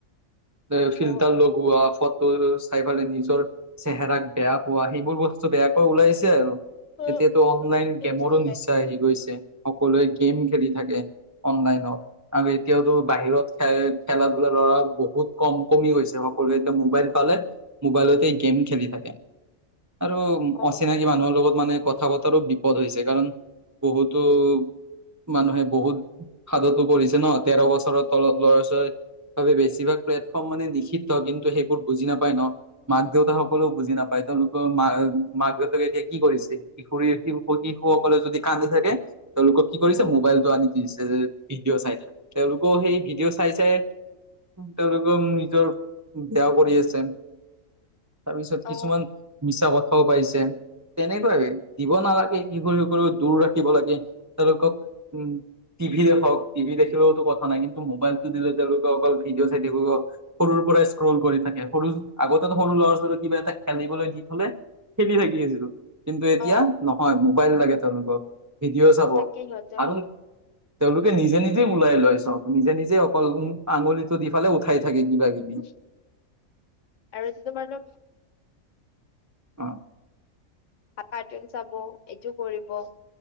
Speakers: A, on the right; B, on the left.
A: এ ফিল্টাৰ
B: অ অ অ
A: লগোৱা, ফটো চাই পালে নিজৰ চেহেৰাক বেয়া পোৱা সেইবোৰ বস্তু বেয়াকৈ ওলাইছে আৰু।
B: সেইটো
A: এতিয়াতো অনলাইন গেমৰো
B: বস্তু ওলাইছে।
A: নিচা আহি গৈছে সকলোৱে গেম খেলি থাকে অনলাইনত। আৰু এতিয়াতো বাহিৰত খেলা-ধূলা ল'ৰা বহুত কম কমি গৈছে সকলোৱে এতিয়া মোবাইল পালে মোবাইলতে গেম খেলি থাকে আৰু-
B: অ
A: অচিনাকি মানুহৰ লগত মানে কথা বতাৰো বিপদ হৈছে। কাৰণ বহুতো- মানুহে বহুত সাদতো পৰিছে ন' তেৰ বছৰৰ তলত ল'ৰা ছোৱালী বাবে বেছিভাগ প্লেটফৰ্ম মানে নিষিদ্ধ কিন্তু সেইবোৰ বুজি নাপায় ন'। মাক দেউতাসকলেও বুজি নাপায় তেওঁলোকৰ মা মাক দেউতাকে এতিয়া কি কৰিছে? কিশোৰী শিশুসকলে যদি কান্দি থাকে, তেওঁলোকক কি কৰিছে
B: উম
A: মোবাইলটো আনি দি দিছে। ভিডিঅ' চাই থাক। তেওঁলোকেও সেই ভিডিঅ' চাই চাই তেওঁলোকেও নিজৰ বেয়া কৰি আছে, তাৰপিছত
B: অ
A: কিছুমান মিছা কথাও পাইছে, তেনেকুৱাই দিব নালাগে শিশু সকলক দূৰ ৰাখিব লাগে। তেওলোকক, উম। টিভিৰে হওক টিভি দেখিলওটো কথা নাই, কিন্তু মোবাইলটো দিলে তেওঁলোকে অকল ভিডিঅ' চাই থাকিব। সৰুৰ পৰাই স্ক্ৰল কৰি থাকে সৰু আগতে সৰু ল'ৰা ছোৱালীয়ে কিবা এটা খেলিবলৈ দি থলে খেলি থাকি আছিলো, কিন্তু এতিয়া
B: অ
A: নহয় মোবাইল লাগে তেওঁলোকক, ভিডিঅ' চাব।
B: কি সিহঁতক
A: উম। তেওঁলোকে নিজে নিজেই ওলাই লয় চ'ব নিজে অকল আঙুলিটো দি ফালে উঠাই থাকে, কিবা কিবি
B: <unintelligible> আৰু <unintelligible>
A: অৱ।
B: কাৰ্টুন চাব, এইটো কৰিব।